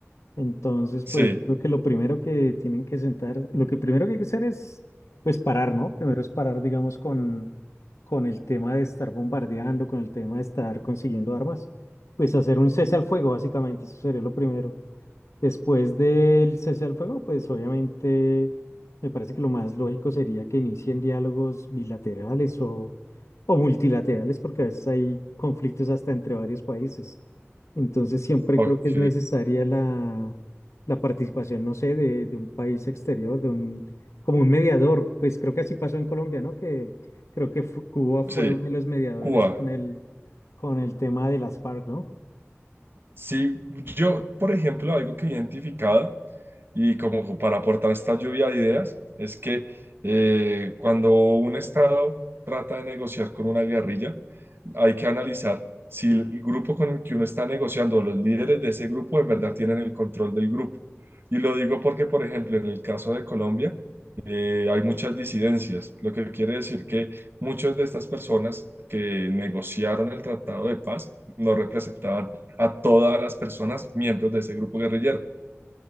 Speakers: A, on the left (about 80°); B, on the right (about 50°).
A: Entonces,
B: Sí,
A: pues yo creo que lo primero que tienen que sentar, lo que primero que hay que hacer es, pues parar, ¿no? Primero es parar, digamos, con, con el tema de estar bombardeando, con el tema de estar consiguiendo armas, pues hacer un cese al fuego, básicamente, eso sería lo primero. Después del cese al fuego, pues obviamente me parece que lo más lógico sería que inicien diálogos bilaterales o, o multilaterales, porque a veces hay conflictos hasta entre varios países. Entonces siempre
B: ok,
A: creo que es necesaria la, la participación, no sé, de, de un país exterior, de un, como un mediador. Pues creo que así pasó en Colombia, ¿no? Que creo que fu- Cuba fue
B: sí,
A: uno de los mediadores
B: Cuba.
A: con el, con el tema de las FARC, ¿no?
B: Sí, yo, por ejemplo, algo que he identificado y como para aportar esta lluvia de ideas es que eh, cuando un Estado trata de negociar con una guerrilla, hay que analizar si el grupo con el que uno está negociando, los líderes de ese grupo, en verdad tienen el control del grupo. Y lo digo porque, por ejemplo, en el caso de Colombia, eh, hay muchas disidencias, lo que quiere decir que muchas de estas personas que negociaron el tratado de paz no representaban a todas las personas miembros de ese grupo guerrillero.